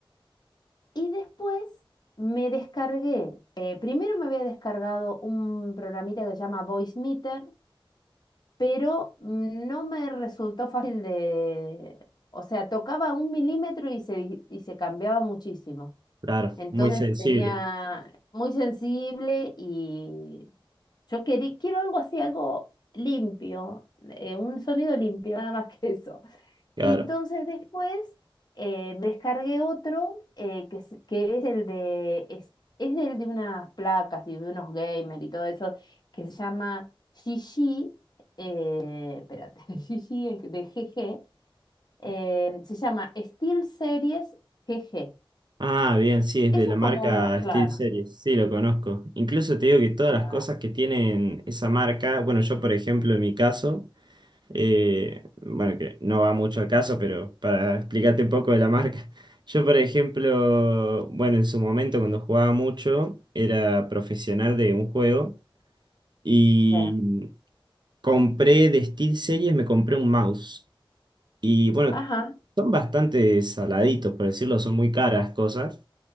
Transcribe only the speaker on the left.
Y después me descargué. eh, primero me había descargado un programita que se llama Voice Meter, pero no me resultó fácil de... O sea, tocaba un milímetro y se, y se cambiaba muchísimo.
Entonces
tenía muy sensible y yo querí, quiero algo así, algo limpio, eh, un sonido limpio, <laughs> nada más que eso.
Y entonces después eh, me descargué otro eh, que, es, que es el de, es, es del de unas placas y de unos gamers y todo eso, que se llama Gigi, eh, espérate, <laughs> Gigi es de GG, eh, se llama Steel Series GG.
Eso
es
como, claro.
Claro,
ya.
Ajá,